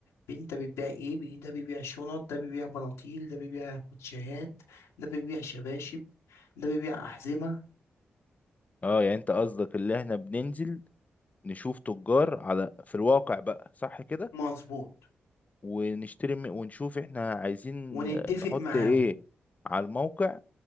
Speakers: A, on the left; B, on the left.
A: بي- انت بتبيع ايه بي- ده بيبيع شنط ده بيبيع بناطيل ده بيبيع كوتشيهات ده بيبيع شباشب ده بيبيع أحزمة
B: اه يعني انت قصدك اللي احنا بننزل نشوف تجار على في الواقع بقى صح كده
A: مظبوط
B: ونشتري من- ونشوف احنا عايزين
A: ونتفق
B: آه، نحط
A: معاهم
B: ايه على الموقع